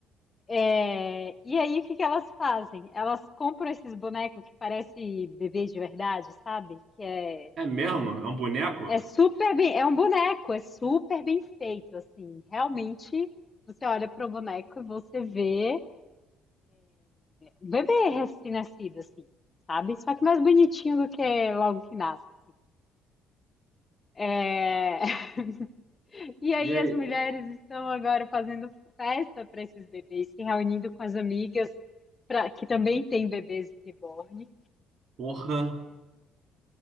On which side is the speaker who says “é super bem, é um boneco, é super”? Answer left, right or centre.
Left